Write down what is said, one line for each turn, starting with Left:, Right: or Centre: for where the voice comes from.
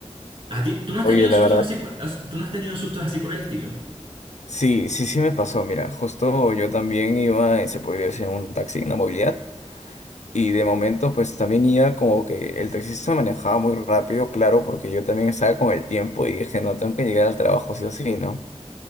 Right: ¿A ti, tú no has
Left: Oye,
Right: tenido
Left: la
Right: sustos
Left: verdad
Right: así, por- as- tú no has tenido sustos así por el estilo?
Left: Sí, sí, sí me pasó. Mira, justo yo también iba, en- se podría decir, en un taxi, en la movilidad. Y de momento, pues también iba como que el taxista manejaba muy rápido, claro, porque yo también estaba con el tiempo y dije, no, tengo que llegar al trabajo sí o sí, ¿no?